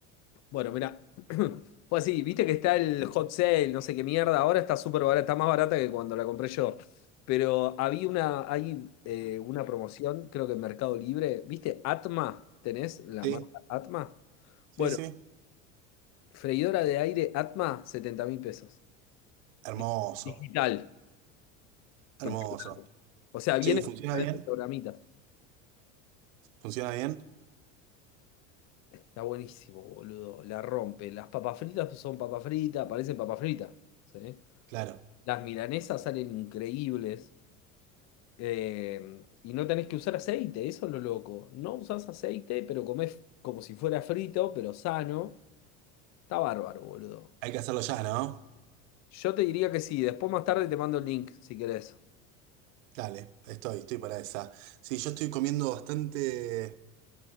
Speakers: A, on the left; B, on the right.
A: Bueno, mira, <clears throat> fue así, viste que está el hot sale, no sé qué mierda, ahora está súper barata, está más barata que cuando la compré yo. Pero había una, hay eh, una promoción, creo que en Mercado Libre, ¿viste? Atma, ¿tenés la
B: Sí,
A: marca Atma?
B: sí,
A: Bueno,
B: sí.
A: freidora de aire Atma, setenta mil pesos.
B: Hermoso,
A: Di- Digital.
B: hermoso.
A: Porque- O sea, viene
B: Che, ¿y funciona
A: con diferentes
B: bien?
A: programitas.
B: ¿Funciona bien?
A: Está buenísimo, boludo. La rompe. Las papas fritas son papas fritas, parecen papas fritas. ¿sí?
B: Claro.
A: Las milanesas salen increíbles. Eh, y no tenés que usar aceite, eso es lo loco. No usás aceite, pero comés como si fuera frito, pero sano. Está bárbaro, boludo.
B: Hay que hacerlo ya, ¿no?
A: Yo te diría que sí, después más tarde te mando el link, si querés.
B: Dale, estoy, estoy para esa. Sí, yo estoy comiendo bastante...